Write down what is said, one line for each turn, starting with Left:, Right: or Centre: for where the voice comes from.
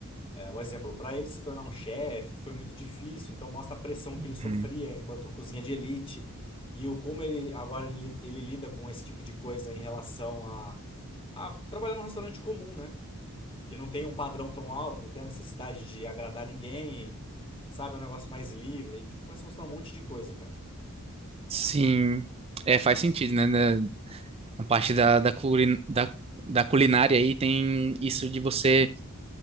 Left: É, um exemplo, para ele se tornar um chefe foi muito difícil, então mostra a pressão
Right: Uhum.
Left: que ele sofria enquanto cozinha de elite e o como ele agora ele, ele lida com esse tipo de coisa em relação a, a trabalhar num restaurante comum, né? Que não tem um padrão tão alto, não tem a necessidade de agradar ninguém, sabe? É um negócio mais livre. E, tipo, começa a mostrar um monte de coisa, cara.
Right: Sim. É, faz sentido, né? né? A parte da, da, culin- da, da culinária aí tem isso de você